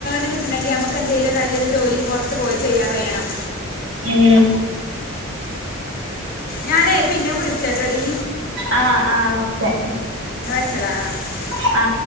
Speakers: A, on the left; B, on the right.
A: <unintelligible> കിട്ടണെങ്കി നമുക്ക് എന്തേിലും നല്ലൊരു ജോലി പുറത്ത് പോയി യ്യാൻ കയ്യണം
B: ഉം
A: ഞാനേ പിന്നെ വിളിച്ചട്ടടീ
B: ആ ആ ഓക്കെ
A: ഹലോആ <unintelligible>
B: ആ